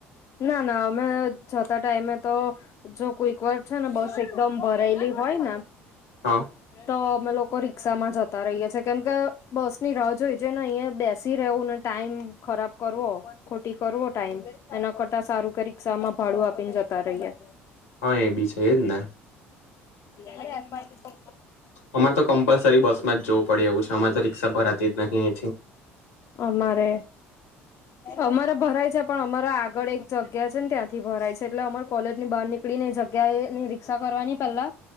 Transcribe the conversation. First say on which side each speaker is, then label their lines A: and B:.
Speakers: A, on the left; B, on the left.
A: ના ના અમે જાતા ટાઈમે તો જો કોઈક વાર છે ને બસ એકદમ ભરાયેલી હોય ને
B: હા
A: તો અમે લોકો રિક્ષામાં જતા રહીએ છીએ કેમ કે બસ ની રાહ જોઈ જોઈ ને અહીંયા બેસી રહેવું ન ટાઈમ ખરાબ કરવો ખોટી કરવો ટાઈમ એના કરતા કે સારુ રિક્ષામાં ભાડું આપીને જતા રહીયે
B: હા એ બી છે એ જ ને
A: અરે અપાય તો
B: અમારે તો કમ્પલસરી બસ માં જ વું પડે એવું છે અમારે તો રિક્ષા ભરાતી જ નહી આયથી.
A: અમારે અમારા ભરાય છે પણ અમારા આગળ એક જગ્યા છે ને ત્યાંથી ભરાય છે એટલે અમાર કોલેજ ની બહાર ની પકડી ને જગ્યા એ ની રિક્ષા કરવાની પેલા